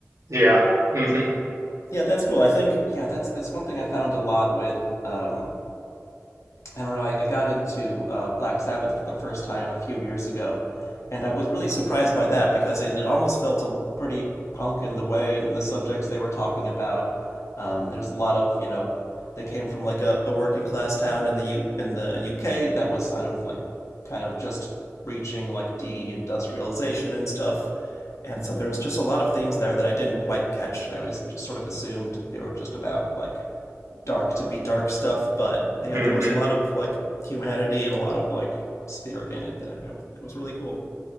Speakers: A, on the right; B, on the left.
A: yeah. hmm
B: Yeah, that's cool. I think yeah, that's that's one thing I found a lot with um, I don't know, I, I got into uh, Black Sabbath for the first time a few years ago, and I was really surprised by that because it, it almost felt a, pretty punk in the way and in the subjects they were talking about. Um, there's a lot of, you know, they came from like a, a working class town in the U, in the UK that was kind of like kind of just reaching like de industrialization and stuff. And so there was just a lot of themes there that I didn't quite catch. I always just sort of assumed they were just about like dark to be dark stuff, but yeah,
A: hmm
B: there was a lot of like humanity and a lot of like spirit in it that I, it was really cool.